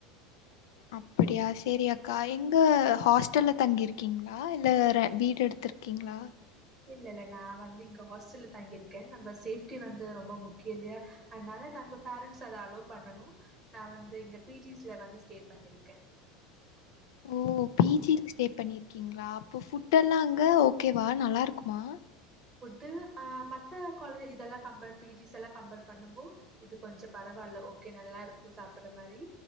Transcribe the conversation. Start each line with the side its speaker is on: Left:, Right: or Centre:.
Left: அப்படியா சேரி அக்கா எங்க ஹாஸ்டல்ல தங்கிருக்கீங்களா இல்ல ர வீடு எடுத்துருக் கிங்ளா
Centre: இல்லல்ல நா வந்து இங்க ஹாஸ்டல்ல தங்கிருக்க நம்ம சேஃப்ட்டி வந்து ரொம்ப முக்கிய இல்லயா அதனால நம்ப பேரண்ட்ஸ் அத அலோ பண்ணணு நா வந்து இங்க பி ஜிஸ்ல வந்து ஸ்டே பண்ணியிருக்க
Left: ஓ பி ஜில ஸ்டே பண்ணியிருக்கீங்களா அப்ப ஃபுடெல்லாம் அங்க ஓகேவா நல்லாருக்குமா
Centre: ஃபுட்டு அ மத்த காலு இதெல்லா கம்பேர் பி ஜிஸ்ஸெல்லா கம்பேர் பண்ணும்போ இது கொஞ்ச பரவாயில்ல ஓகே நல்லாயிருக்கு சாப்புட்ற மாரி